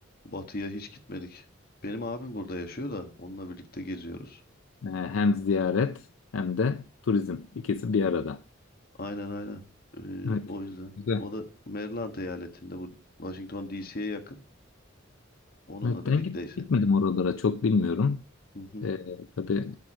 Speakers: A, on the left; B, on the left.
A: batıya hiç gitmedik. Benim abim burada yaşıyor da onunla birlikte geziyoruz.
B: E, hem ziyaret hem de turizm. İkisi bir arada.
A: Aynen aynen.
B: Evet.
A: E, o yüzden.
B: Güzel.
A: O da Maryland eyaletinde bu Washington DC'ye yakın. Onunla
B: Evet
A: birlikteyiz.
B: ben git- gitmedim oralara çok bilmiyorum.
A: Hı hı.
B: E, tabii